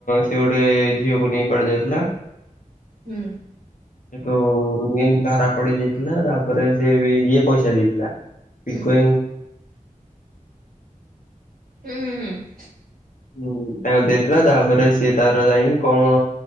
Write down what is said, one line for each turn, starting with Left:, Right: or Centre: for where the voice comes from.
Left: ସିଏ ଗୋଟେ ଝିଅକୁ ନେଇକି କୁଆଡ଼େ ଯାଇଥିଲା
Right: ହୁଁ।
Left: ସେଠୁ ଏମତି ଧରା ପଡି ଯାଇଥିଲା ତାପରେ ସିଏ ବି ଇଏ ପଇସା ଦେଇଥିଲା। ପିଣ୍ଟୁ
Right: ହୁଁ
Left: ଆଇ
Right: ହୁଁ ହୁଁ ହୁଁ।
Left: ହୁଁ ତାକୁ ଦେଇଥିଲା ତାପରେ ସିଏ ତାର ଯାଇକି କଣ